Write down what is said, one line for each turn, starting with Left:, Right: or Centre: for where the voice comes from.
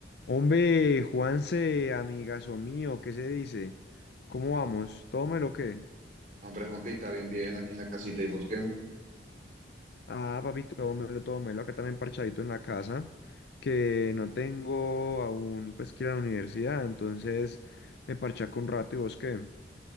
Left: Hombre, Juanse, amigazo mío, ¿qué se dice? ¿Cómo vamos? ¿Tómelo o qué?
Right: Hombre, Juanpita, bien, bien, aquí en la casita y vos qué?
Left: Ah, papi, tómelo, tómelo. Acá también parchadito en la casa, que no tengo aún, pues, que ir a la universidad, entonces me parchaco un rato y vos qué.